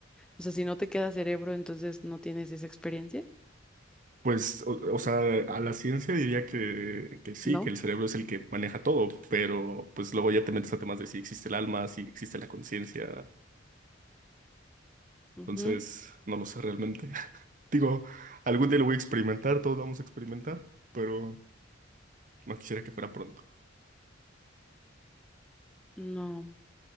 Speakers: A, in the centre; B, on the right.
A: O sea, si no te queda cerebro, entonces no tienes esa experiencia,
B: Pues, o, o sea, a la ciencia diría que, que sí,
A: ¿no?
B: que el cerebro es el que maneja todo, pero pues luego ya te metes a temas de si existe el alma, si existe la conciencia,
A: Ujú,
B: entonces no lo sé realmente. <laughs> Digo, algún día lo voy a experimentar, todos vamos a experimentar, pero no quisiera que fuera pronto.
A: No.